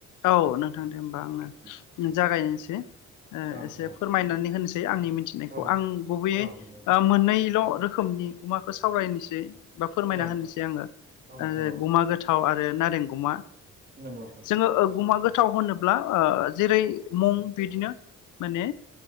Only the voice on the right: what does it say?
औ
नोंथां
औ
नंगौ
औ नोंथां
औ नोंथां औ
नंगौ नोंथां
औ